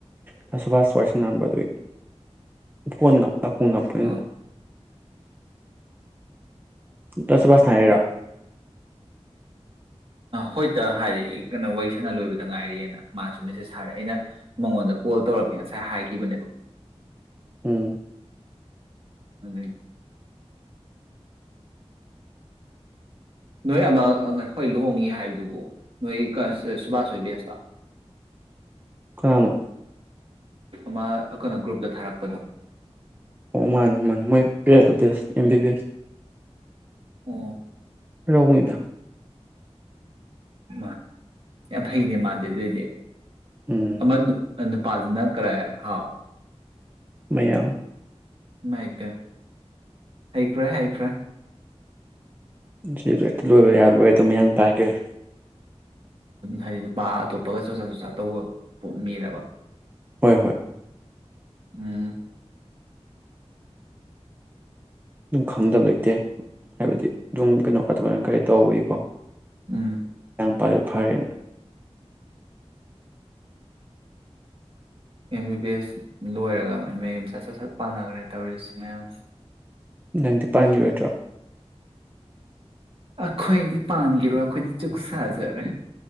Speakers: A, on the right; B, on the right.
A: ꯇꯁꯨ ꯐꯁ ꯆꯣꯏꯁꯅꯔꯝꯕꯗꯨꯏ ꯐꯣꯟꯞ ꯅꯄꯨꯡ ꯅꯞꯄꯅꯤꯅ
B: ꯑꯥ
A: ꯇꯁꯕꯁꯅꯔꯣ
B: ꯍꯣꯏ ꯇ ꯍꯥꯏꯗꯤ ꯑꯩ ꯀꯩꯅꯣ ꯋꯥꯔꯤ ꯁꯅ ꯂꯣꯏꯕꯗ ꯉꯥꯏꯔꯦꯅ ꯃꯥꯁꯨ ꯃꯦꯁꯦꯁ ꯊꯥꯔꯦ ꯑꯩꯅ ꯃꯉꯣꯟꯗ ꯀꯣꯜ ꯇꯧꯔꯛꯀꯦ ꯉꯁꯥꯏ ꯍꯥꯏꯈꯤꯕꯅꯦꯕ
A: ꯎꯝ
B: ꯑꯗꯦ ꯅꯣꯏ ꯑꯃ ꯍꯣꯏ ꯂꯨꯍꯣꯡꯉꯤ ꯍꯥꯏꯕꯗꯨꯕꯨ ꯅꯣꯏ ꯁꯨꯕꯥꯁ ꯍꯣꯏ ꯕꯦꯁꯂꯥ
A: ꯀꯥꯅꯣ
B: ꯑꯃ ꯀꯩꯅꯣ ꯒ꯭ꯔꯨꯞꯇ ꯊꯥꯔꯛꯄꯗꯣ
A: ꯑꯣ ꯃꯥꯅꯦ ꯃꯥꯅꯦ ꯃꯣꯏ ꯄꯦꯠ ꯑꯣꯐ ꯕꯤꯁ ꯑꯦꯝ ꯕꯤ ꯕꯤ ꯑꯦꯁ
B: ꯑꯣ
A: ꯔꯉꯅꯤꯗ
B: ꯃꯥ ꯌꯥꯝ ꯐꯩꯅꯦ ꯃꯥꯗꯦ ꯑꯗꯨꯑꯣꯏꯗꯤ
A: ꯎꯝ
B: ꯃ ꯅ ꯄꯖꯅ ꯀ ꯍꯥꯎ
A: ꯃꯌꯥꯡ
B: ꯏꯃꯥꯏꯄꯦꯝ ꯍꯩꯈ꯭ꯔꯦ ꯍꯩꯈ꯭ꯔꯦ
A: ꯂ ꯂꯣꯏꯕ ꯌꯥ ꯂꯣꯏꯦ ꯑꯗꯨꯝ ꯃꯌꯥꯡ ꯄꯥꯒꯦ <unintelligible>
B: ꯍꯥꯏꯗꯤ ꯅꯨꯄꯥ ꯑꯇꯣꯞꯄꯒ ꯆꯣꯆꯥ ꯆꯣꯆꯥ ꯇꯧꯕ ꯄꯣꯛ ꯃꯤꯔꯕ
A: ꯍꯣꯏ ꯍꯣꯏ
B: ꯎꯝ
A: ꯑꯗꯨꯝ ꯈꯪꯗꯕ ꯂꯩꯇꯦ ꯍꯥꯏꯕꯗꯤ ꯑꯗꯨꯝ ꯀꯩꯅꯣ ꯀꯥꯇꯨ ꯀꯔꯟ ꯀꯩ ꯇꯧꯕꯒꯤꯀꯣ
B: ꯎꯝ
A: ꯄꯔꯦ <unintelligible> ꯐꯔꯦ
B: ꯑꯦꯝ ꯕꯤ ꯕꯤ ꯑꯦꯁ ꯂꯣꯏꯔꯒ ꯃ ꯃꯌꯨꯝꯆꯠ ꯆꯠ ꯁꯠ ꯄꯥꯟꯅꯈ꯭ꯔꯦ ꯇꯧꯔꯤꯁꯤ ꯃꯌꯥꯝ
A: ꯅꯪꯗꯤ ꯄꯥꯟꯈꯤꯔꯣꯏꯗ꯭ꯔꯣ
B: ꯑꯈꯣꯏꯅꯤ ꯄꯥꯟꯈꯤꯔꯣꯏ ꯑꯩꯈꯣꯏꯗꯤ ꯆꯨꯛ ꯁꯥꯖꯔꯦ